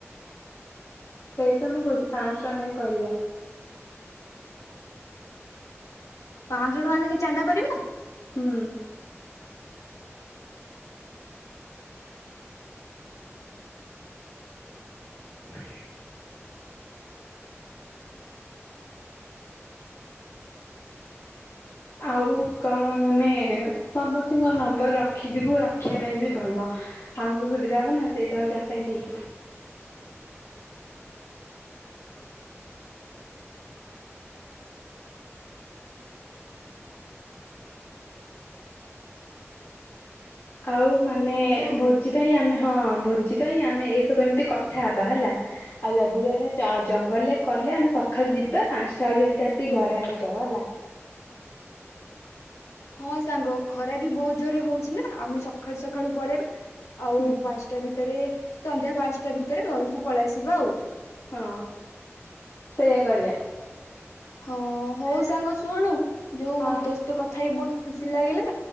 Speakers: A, on the left; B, on the left.
A: ସେଇ ତ ମୁଁ କହୁଛି ପାଆଁଶହ ଟଙ୍କା ନାଇ କରିବା।
B: ପାଆଁ ଶହ ଟଙ୍କା ଲେଖେ ଚାନ୍ଦା କରିବା?
A: ହୁଁ। ହ ଆଉ କଣ ମାନେ-ଏ-ଏ ସମସ୍ତଙ୍କ ନମ୍ବର ରଖିଥିବୁ ରଖିବା ପାଇଁ ବି ଭଲ। ଆମକୁ ସୁବିଧା ହବ ନା ସେଇଟା ହଉଛି ଆମ ପାଇଁ ଠିକ୍। ଆଉ ମାନେ-ଏ-ଏ
B: ହ୍ୟାଲୋ
A: ଭୋଜି ପାଇଁ ଆମେ ହଁ ଭୋଜି ପାଇଁ ଆମେ ଏସବୁ ଏମିତି କଥା ହବା ହେଲା। ଆଉ ଯଦି ବି ଆମେ ଜ ଜଙ୍ଗଲରେ କଲେ ଆମେ ସକାଳୁ ଯିବା ପାଞ୍ଚଟା ବେଳୁ ଯେମିତି ଆସିକି ଘରେ ହାଜର ହେଲା।
B: ହଁ ସାଙ୍ଗ ଖରା ବି ବୋହୁତ ଜୋରରେ ହୋଉଛି ନା ଆମେ ସଖାଳୁ ସଖାଳୁ ପଳେଇବା। ଆଉ
A: ହୁଁ
B: ପାନ୍ଟା ଭିତରେ ସନ୍ଧ୍ୟା ପାନ୍ଟା ଭିତରେ ଘରୁକୁ ପଳେଇ ଆସିବା ଆଉ।
A: ହଁ ସେୟା କରିଆ।
B: ହଁ ହୋଉ ସାଙ୍ଗ ଶୁଣୁ ଯୋଉ
A: ହଁ
B: ତୋ ସଇତ କଥା ହେଇକି ବୋହୁତ ଖୁସି ଲାଗିଲା।